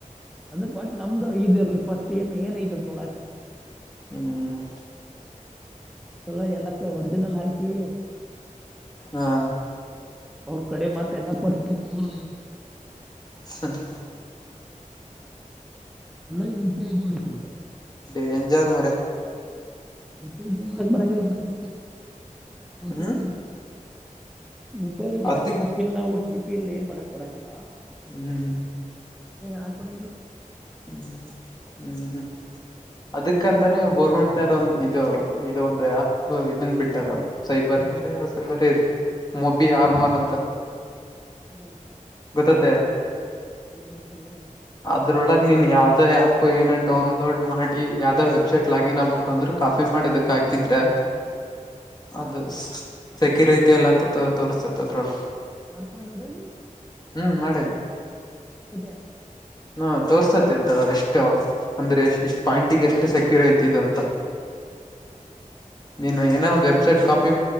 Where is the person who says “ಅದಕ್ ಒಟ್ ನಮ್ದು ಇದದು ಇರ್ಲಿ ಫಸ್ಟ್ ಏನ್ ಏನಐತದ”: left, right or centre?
Centre